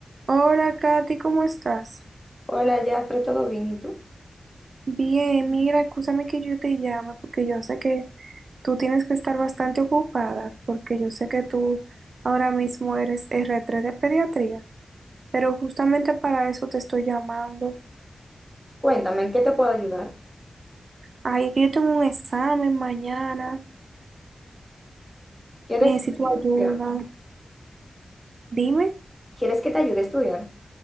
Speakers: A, on the right; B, in the centre.
A: Hola, Katy, ¿cómo estás?
B: Hola, Jafre, ¿todo bien? ¿Y tú?
A: Bien, mira, escúchame que yo te llame porque yo sé que tú tienes que estar bastante ocupada porque yo sé que tú ahora mismo eres R3 de pediatría, pero justamente para eso te estoy llamando.
B: Cuéntame, ¿en qué te puedo ayudar?
A: Ay, es que yo tengo un examen mañana,
B: ¿Quieres
A: necesito
B: estudiar?
A: ayuda. Dime,
B: ¿Quieres que te ayude a estudiar?